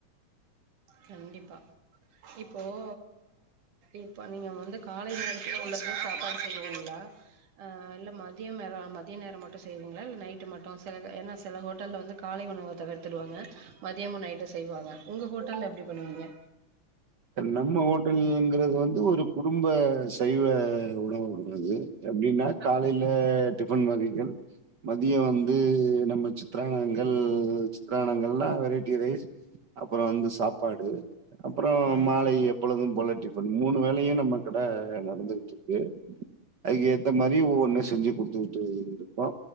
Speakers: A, on the right; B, on the right.
A: கண்டிப்பா இப்போ ஓ இப்ப நீங்க வந்து காலை நேரத்துல உள்ளததா சாப்பாடு செய்வீங்களா ஆ இல்ல மதியம் நேர மதிய நேரம் மட்டு செய்வீங்களா இல்ல நைட்டு மட்டு சிலரு ஏன்னா சில ஹோட்டல்ல வந்து காலை உணவ தவிர்த்துடுவாங்க மதியமு நைட்டு செய்வாங்க உங்க ஹோட்டல்ல எப்டி பண்ணுவாங்க
B: நம்ம ஹோட்டலங்கிறது வந்து ஒரு குடும்ப சைவ உணவு என்னுது எப்டின்னா காலையில டிஃபன் வகைகள் மதிய வந்து நம்ம சித்திரானங்கள் சித்திரானங்கள்னா வெரைட்டி ரைஸ் அப்பற வந்து சாப்பாடு அப்புற
A: ம்
B: மாலை எப்பொழுதும் போல டிபன் மூனு வேலையு நம்ம கட நடந்துகிட்ருக்கு அதுக்கு ஏத்த மாரி ஒவ்வொண்ணு செஞ்சு குடுத்துக்கிட்டு இருக்கோ